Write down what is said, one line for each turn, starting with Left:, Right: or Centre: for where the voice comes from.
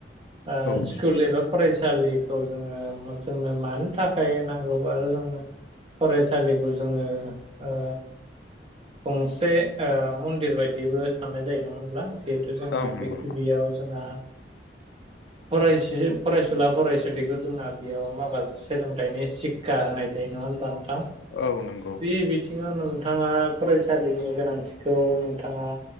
Right: आ
Left: औ
Right: स्कुल एबा फरायसालिखौ जोङो जोंनो मानो थाखाय नांगौ आरो जोंनो फरायसालिखौ जोङो ओ गंसे मन्दिर बायदिबो साननाय जायो मानो होनब्ला जिहेथु जोंहा
Left: औ नंगौ
Right: बेखौ बेयाव जोंहा फराय फरायसुला फरायसुलिखौ जोंना बेयाव माखासे सोलोंथाइनि सिक्षा होनाय जायो नङा होनबा नोंथां
Left: औ नंगौ
Right: बे बिथिङाव नोंथाङा फरायसालिनि गोनांथिखौ नोंथाङा